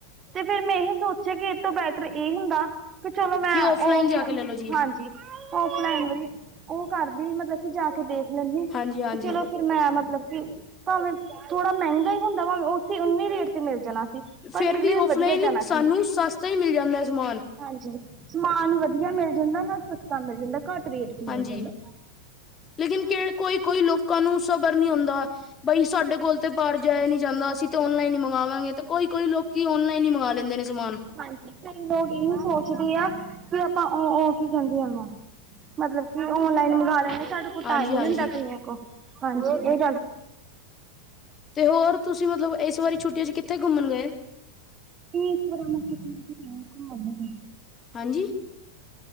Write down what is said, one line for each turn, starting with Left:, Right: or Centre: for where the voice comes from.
Right: ਤੇ ਫੇਰ ਮੈ ਇਹੀ ਸੋਚਿਆ ਕਿ ਇਹ ਤੋ ਬੈਟਰ ਇਹ ਹੁਦਾ ਵੀ ਚਲੋ ਮੈ
Left: ਕਿ ਔਫਲਾਈਨ
Right: ਉਹ
Left: ਜਾ
Right: ਫ
Left: ਕੇ ਲੈ ਲੋ ਜੀ
Right: ਹਾਂਜੀ ਉਹ ਭਲਾ ਵਾਰੀ ਉਹ ਕਰਦੀ ਮਤਲਬ ਕਿ ਜਾ ਕੇ ਦੇਖ ਲੈਂਦੀ
Left: ਹਾਂਜੀ ਹਾਂਜੀ
Right: ਤੇ ਚਲੋ ਫਿਰ ਮੈਂ ਮਤਲਬ ਕਿ ਭਾਵੇ ਥੋੜਾ ਮਹਿਗਾ ਹੀ ਹੁਦਾ ਭਾਵੇ ਉਸੇ ਉੇ ਰੇਟ ਤੇ ਮਿਲ ਜਾਣਾ ਸੀ ਪਰ
Left: ਫੇਰ
Right: ਮਿਲੀ
Left: ਵੀ ਔਫਲਾਈਨ
Right: ਵਧੀਆ ਜਾਣਾ
Left: ਸਾਨੂੰ ਸਸਤਾ ਹੀ ਮਿਲ ਜਾਦਾ ਸਮਾਨ
Right: ਹਾਂਜੀ ਸਮਾਨ ਵਧੀਆ ਮਿਲ ਜਾਂਦਾ ਨਾ ਸਸਤਾ ਮਿਲ ਜਾਂਦਾ ਘਟ ਰੇਟ 'ਚ
Left: ਹਾਂਜੀ
Right: ਮਿਲ ਜਾਦਾ
Left: ਲੇਕਿਨ ਕਿ ਕੋਈ ਕੋਈ ਲੋਕਾਂ ਨੂੰ ਸਬਰ ਨਹੀ ਆਉਦਾ ਬਾਈ ਸਾਡੇ ਕੋਲ ਤੇ ਪਰਰ ਜਾਇਆ ਨੀ ਜਾਂਦਾ ਅਸੀ ਤੇ ਔਨਲਾਈਨ ਹੀ ਮੰਗਵਾਵਾਂਗੇ ਤੇ ਕੋਈ ਕੋਈ ਲੋਕੀ ਓਨਲਾਈਨ ਹੀ ਮੰਗਗਾ ਲੈਂਦੇ ਨੇ ਸਮਾਨ
Right: ਹਾਂਜੀ ਕਈ ਲੋਕ ਇਹਹੀ ਸੋਚਦੇ ਆ ਕਿ ਆਪਾ ਉਹ ਉਹ ਕੀ ਕਹਿਦੇ ਆ ਮਤਲਬ ਕਿ ਔਨਲਾਈਨ ਮੰਗਵਾ ਲੈਂਦੇ
Left: ਹਾਂਜੀ
Right: ਟਾਈਮ
Left: ਹਾਂਜੀ
Right: ਨ ਹੁਦਾ ਕਈਆਂ ਕੋਲ ਹਾਂਜੀ ਇਹ
Left: ਤੇ ਹੋਰ ਤੁਸੀ ਮਤਲਬ ਇਸ ਵਾਰੀ ਛੁੱਟੀਆਂ 'ਚ ਕਿਥੇ ਘੁੰਮਣ ਗਏ
Right: ਤੇਸ਼ਰਾ <unintelligible>
Left: ਹਾਂਜੀ-